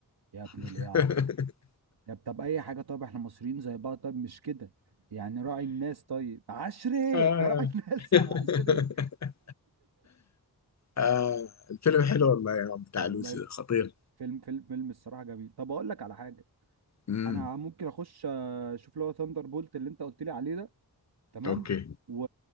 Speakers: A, on the right (about 85°); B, on the left (about 45°).
A: يا ابن الايه
B: <laughs>
A: يا عمرو يا طب اي حاجه طب احنا مصريين زي بعض طب مش كده يعني راعي الناس طيب عشري
B: آه.
A: <laughs> راعي الناس
B: <laughs>
A: يا عشري
B: آه. الفيلم حلو والله يا عم بتاع
A: والله
B: لوسي ده، خطير
A: فيلم فيلم فيلم الصراحه جميل طب اقول لك على حاجه
B: مم.
A: انا ممكن اخش آه، اشوف اللي هو ثاندر بولت اللي انت قلت لي عليه ده تمام
B: اوكي
A: و...